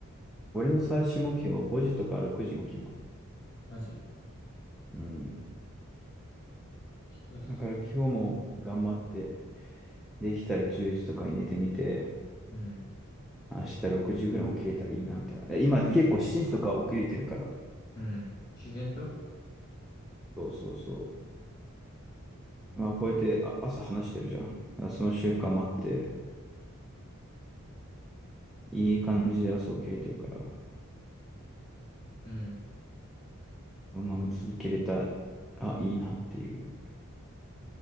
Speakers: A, in the centre; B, on the left.
A: 俺の最終目標は5時とか6時に起きること。
B: マジ。
A: うん。
B: 良さそ
A: だから今日も頑張って、できたら10時とかに寝てみて、
B: う。うん。
A: 明日6時ぐらい起きれたらいいなみたいな。え今結構7時とか起きれてるから、
B: うん。自然と
A: そうそうそう。まあ、こうやってあ朝話してるじゃん。だからその習慣もあって、いい感じで朝起きれてるから、
B: うん。
A: このまま続けれたら、あ、いいなっていう